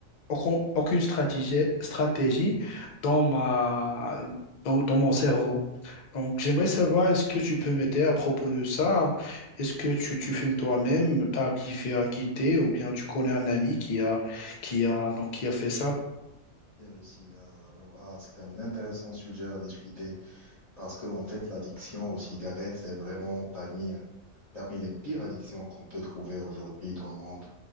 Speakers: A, on the left; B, on the left.
A: aucun- aucune stratégie, stratégie dans ma, dans, dans mon cerveau. Donc, j'aimerais savoir, est-ce que tu
B: Ouais,
A: peux m'aider à propos de ça? Est-ce que tu, tu fumes toi-même, t'as arrivé à quitter, ou bien tu connais un ami qui a, qui a, donc, qui a fait ça?
B: et réussi. euh, Alors, ah, c'est un intéressant sujet à discuter parce que, en fait, l'addiction aux cigarettes, c'est vraiment parmi, euh, parmi les pires addictions qu'on peut trouver aujourd'hui dans le monde.